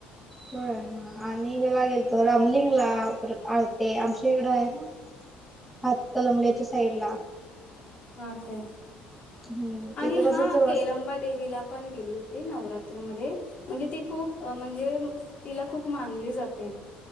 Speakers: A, in the centre; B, on the left (about 40°).
A: होय. आणि हेला गेल तो रामलिंगला परत आळते आमच्या इकडं आहे. ना हात कणंगलेल्याच्या साईड ला.
B: हां तेय.
A: हम्म
B: आणि
A: तिथं
B: हा
A: कसं जवळ
B: केलंबा देवीला पण गेली होती. नवरात्रमध्ये म्हणजे ती खूप. अ म्हणजे तिला खूप मानली जाते